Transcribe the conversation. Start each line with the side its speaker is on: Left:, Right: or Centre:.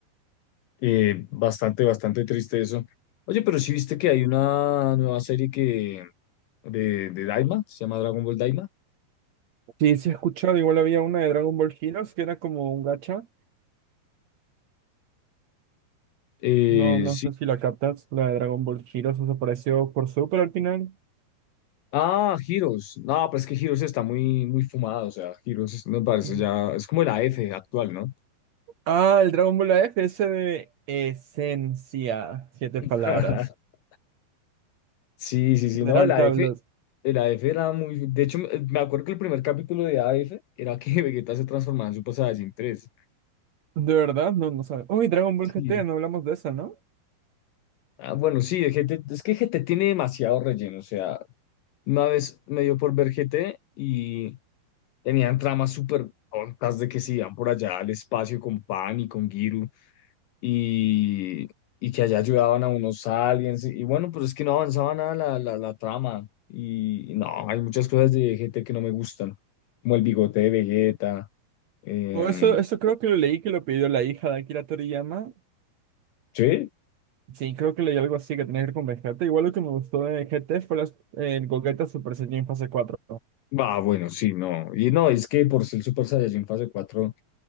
Left: eh, bastante, bastante triste eso. Oye, pero sí viste que hay una nueva serie que de, de Daima, se llama Dragon Ball Daima.
Right: Sí, sí he escuchado, igual había una de Dragon Ball Heroes que era como un gacha.
Left: Eh,
Right: No, no
Left: sí,
Right: sé si la captas, la de Dragon Ball Heroes desapareció por Super al final.
Left: Ah, Heroes. No, pero es que Heroes está muy, muy fumado. O sea, Heroes me parece
Right: Ujú.
Left: ya. Es como el A F actual, ¿no?
Right: Ah, el Dragon Ball AF, ese de esencia, siete
Left: <laughs>
Right: palabras.
Left: Sí, sí, sí,
Right: General
Left: no, el A
Right: Tablos.
Left: F, El A F era muy. De hecho, me me acuerdo que el primer capítulo de A F era que <laughs> Vegeta se transformaba en Super Saiyajin 3.
Right: De verdad, no, no sabes. Uy, Dragon Ball
Left: Sí.
Right: GT, no hablamos de eso, ¿no?
Left: Ah, bueno, sí, el G T. es que G T tiene demasiado relleno. O sea, una vez me dio por ver G T y tenían tramas súper tontas de que se iban por allá al espacio con Pan y con Giru. y, y que allá ayudaban a unos aliens. Y, y bueno, pero es que no avanzaba nada la, la, la trama. Y, y no, hay muchas cosas de GT que no me gustan, como el bigote de Vegeta. em,
Right: O eso, eso creo que lo leí que lo pidió la hija de Akira Toriyama.
Left: ¿sí?
Right: Sí, creo que leí algo así que tenía que ver con Vegeta. Igual lo que me gustó de GT fue las, el Gogeta Super Saiyan fase cuatro
Left: Ah, bueno, sí, no. Y no, es que por ser Super Saiyajin fase 4